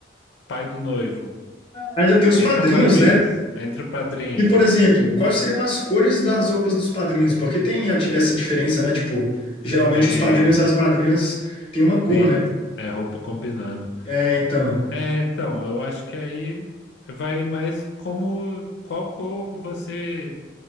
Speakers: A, on the left (about 80°); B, on the left (about 30°).
A: pai do noivo,
B: Ainda tem os
A: entra
B: padrinhos,
A: padrinhos,
B: né?
A: entra padrinhas.
B: E, por exemplo, quais seriam as cores das roupas dos padrinhos? Porque tem a di- essa diferença, né? Tipo, geralmente
A: Tem,
B: os padrinhos e as madrinhas têm uma cor,
A: tem,
B: né?
A: é roupa combinando.
B: É, então.
A: É, então, eu acho que aí vai mais como qual cor você,